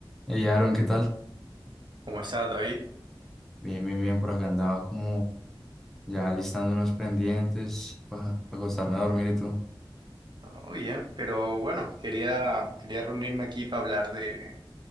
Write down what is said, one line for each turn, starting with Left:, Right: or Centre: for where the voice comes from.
Centre: Hey Aaron, ¿qué tal?
Right: ¿Cómo estás, David?
Centre: Bien, bien, bien, por acá andaba como ya listando unos pendientes para acostarme a dormir y tú.
Right: Oh, bien, pero bueno, quería, quería reunirme aquí para hablar de,